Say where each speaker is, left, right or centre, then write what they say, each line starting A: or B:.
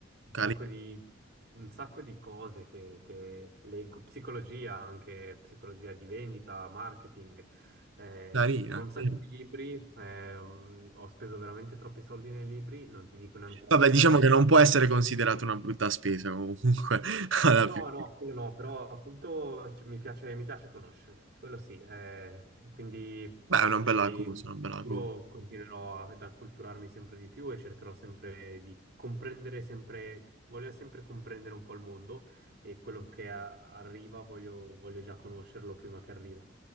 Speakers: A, on the right (about 55°); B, on the right (about 70°).
A: un
B: cari-
A: sacco di, un sacco di cose che, che leggo, psicologia, anche psicologia di vendita, marketing. Eh,
B: carina.
A: c'ho un sacco
B: sì.
A: di libri, ehm, ho speso veramente troppi soldi nei libri, non ti dico neanche la
B: Vabbè,
A: cifra.
B: diciamo che non può essere considerata una brutta spesa comunque, <laughs> alla
A: No,
B: fine.
A: no, quello no, però appunto cioè, mi piace, mi piace conoscere, quello sì. eh, quindi
B: Beh, è una
A: eh,
B: bella cosa,
A: in
B: una bella
A: futuro
B: cosa.
A: continuerò ad acculturarmi sempre di più e cercherò sempre di comprendere sempre, voglio sempre comprendere un po' il mondo e quello che a- arriva voglio, voglio già conoscerlo prima che arriva.